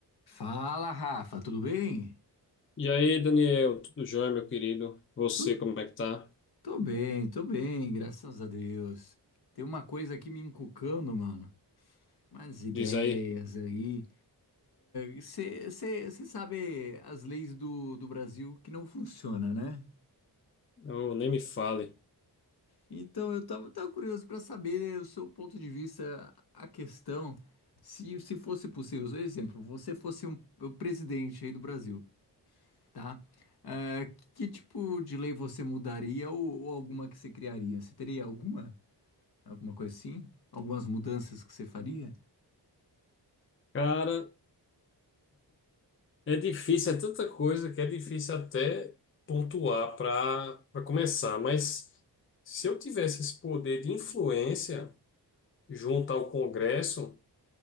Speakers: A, on the left; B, on the left.
A: Fala, Rafa, tudo bem?
B: E aí, Daniel, tudo jóia, meu querido? Você,
A: Tu,
B: como é que tá?
A: tô bem, tô bem, graças a Deus. Tem uma coisa aqui me encucando, mano. Umas ideias
B: Diz aí.
A: aí. Você sabe as leis do, do Brasil que não funcionam, né?
B: Oh, nem me fale.
A: Então eu tava, tava curioso para saber o seu ponto de vista, a questão, se, se fosse possível. Por exemplo, você fosse um, o presidente aí do Brasil. Tá? Ah, que tipo de lei você mudaria ou, ou alguma que você criaria? Você teria alguma? Alguma coisa assim? Algumas mudanças que você faria?
B: Cara, é difícil, é tanta coisa que é difícil até pontuar para para começar, mas se eu tivesse esse poder de influência junto ao Congresso,